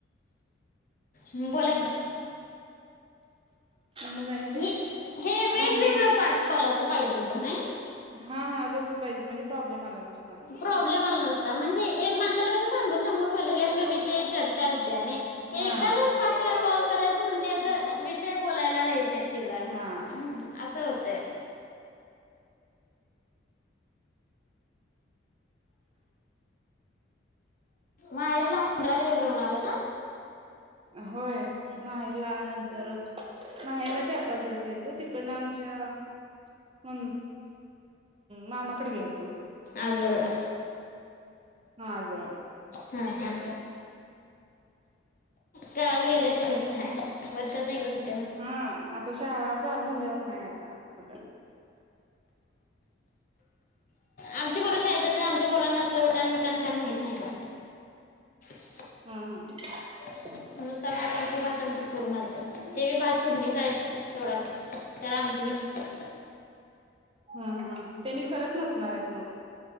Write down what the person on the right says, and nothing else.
मग आणि काय
भांडी
हा हा तस पाहिजेत म्हणजे प्रॉब्लेम आला नस
हा
हा
होय माहेरला आल्या नंतर माहेरला चार पाच दिवस गेलतो तिकडन आमच्या म मामाकडे गेलतो
हा आज
हा आता शाळा चालू झाल्यावर नाय आता. हा
हा हा
हा हा तेनी करत नसणार आहेत मग.